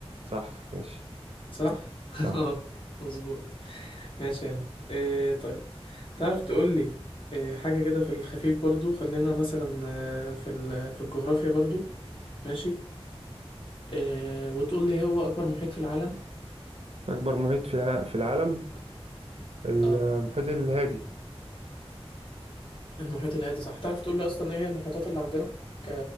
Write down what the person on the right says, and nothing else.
صح ماشي
صح
أكبر محيط في الع- في العالم المحيط
الهادي